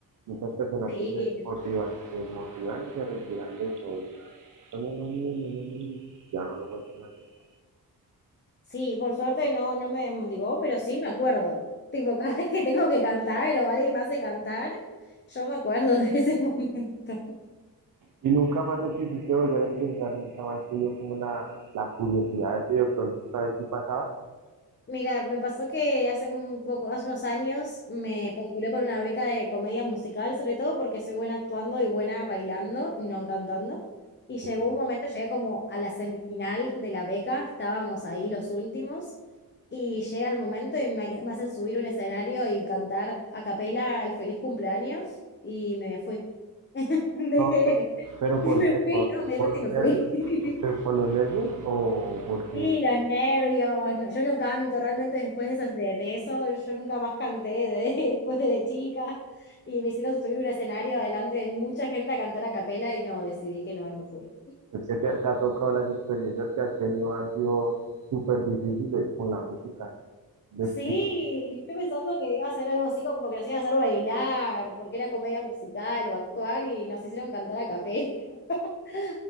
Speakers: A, on the right; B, on the left.
A: Muchas personas
B: <laughs> Sí.
A: que se motivan, se desmotivan y se retiran de todo. y No, no es lo mío, no es lo mío, ya no lo vuelven a hacer. ¿no?
B: Sí, por suerte no, no me motivó, pero sí me acuerdo. Tipo, cada <laughs> vez que tengo que cantar o alguien me hace cantar, yo me acuerdo de ese <laughs> momento.
A: Y nunca más lo quisiste volver a intentar, nunca más te dio como la, la curiosidad de si de pronto esta vez sí pasabas.
B: Mira, me pasó que hace un poco, hace unos años me postulé por una beca de comedia musical, sobre todo porque soy buena actuando y buena bailando, no cantando. Y llegó
A: Como,
B: un momento, llegué como a la semifinal de la beca, estábamos ahí los últimos, y llega el momento y me, me hacen subir un escenario y cantar a capela el feliz cumpleaños, y me fui. <laughs> Dejé,
A: No, no, pero ¿por
B: me
A: qué?
B: fui,
A: ¿Por,
B: no, me di
A: por
B: vuelta
A: los
B: y me
A: nervios?
B: fui.
A: ¿Por los nervios o porque
B: Sí, los nervios. no, yo no canto, realmente después de, esas- de, de eso, yo nunca más canté de- <laughs> después de chica. Y me hicieron subir un escenario delante de mucha gente a cantar a capela y no, decidí que no y me fui.
A: Es que te, te ha tocado las experiencias que has tenido han sido súper difíciles con la música. De-
B: Sí, yo pensando que iba a hacer algo así como que nos iban a hacer bailar, porque era comedia musical o actuar y nos hicieron cantar a capela. <laughs>